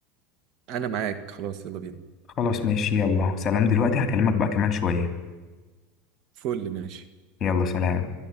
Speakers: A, on the right; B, on the left.
A: انا معاك خلاص يلا بينا
B: خلاص ماشي يلا سلام دلوقتي هكلمك بقى كمان شوية
A: فل ماشي
B: يلا سلام